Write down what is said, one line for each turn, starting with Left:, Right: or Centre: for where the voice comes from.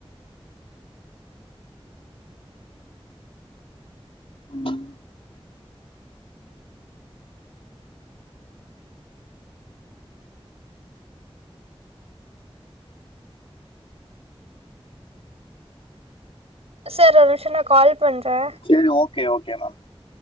Left: ம்,
Right: சார் ஒர்நிமிஷாம் நான் கால் பண்றே
Left: செரி ஓகே ஓகே இனஃப்